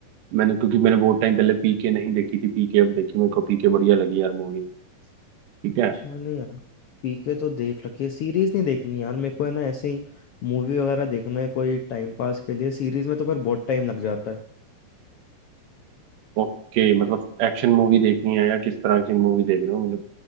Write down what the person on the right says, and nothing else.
मैंने क्योंकि मैंने बहुत टाइम पहले पीके नहीं देखी थी पीके अब देखी मेरे को पीके बढ़िया लगी यार मूवी ठीक है
ओके मतलब एक्शन मूवी देखनी है या किस तरह की मूवी देख रहे हो मतलब